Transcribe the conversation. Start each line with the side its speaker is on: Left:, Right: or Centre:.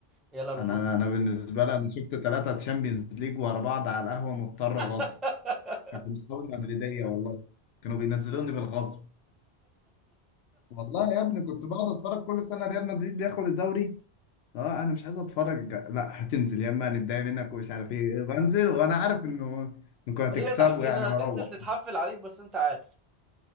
Centre: يلا رونالدو
Left: أنا أنا بالنسبة لي أنا شفت ثلاثة تشامبيونز ليج ورا بعض على القهوة مضطر غصب
Centre: <laughs>
Left: كانوا أصحابي مدريدية والله كانوا بينزلوني بالغصب والله يا ابني كنت بقعد اتفرج كل سنه ريال مدريد بياخد الدوري اه انا مش عايز اتفرج لا هتنزل يا اما هنتضايق منك ومش عارف ايه بنزل وانا عارف انه انكم هتكسبوا
Centre: هي تحفيل
Left: يعني
Centre: هتنزل
Left: واروح
Centre: تتحفل عليك بس انت عارف